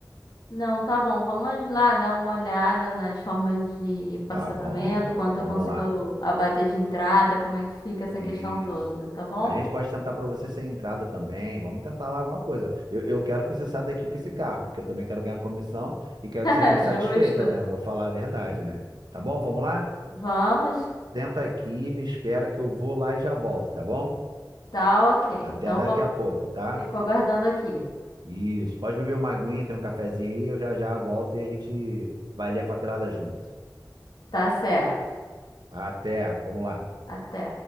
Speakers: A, on the left; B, on the right.
A: Não, tá bom, vamos lá dar uma olhada nas formas de parcelamento,
B: Tá bom,
A: quanto
B: vamos
A: eu consigo
B: lá.
A: abater de entrada, como é que fica essa
B: Isso.
A: questão toda, tá bom?
B: A gente pode tentar para você sem entrada também. Vamos tentar lá alguma coisa. Eu, eu quero que você saia daqui com esse carro, porque eu também quero ganhar comissão e quero
A: <laughs>
B: que você fique satisfeita,
A: Justo.
B: né? Vou falar a verdade, né? Tá bom? Vamos lá?
A: Vamos?
B: Senta aqui, me espera que eu vou lá e já volto, tá bom?
A: Tá, ok.
B: Até
A: Então,
B: daqui
A: vou...
B: a pouco, tá?
A: fico aguardando aqui.
B: Isso. Pode beber uma aguinha, tem um cafezinho aí, eu já já volto e a gente vai ler a papelada junto.
A: Tá certo.
B: Até, vamos lá.
A: Até.